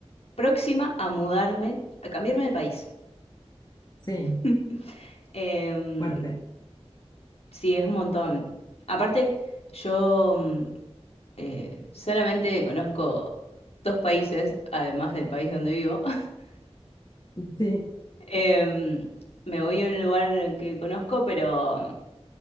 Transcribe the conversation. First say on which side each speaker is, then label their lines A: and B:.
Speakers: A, on the left (about 70°); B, on the left (about 40°).
A: próxima a mudarme, a cambiarme de país.
B: sí,
A: <laughs> Em,
B: fuerte,
A: sí, es un montón. Aparte, yo mm, eh, solamente conozco dos países, además del país donde vivo. <laughs>
B: sí,
A: Em, me voy a un lugar que conozco, pero...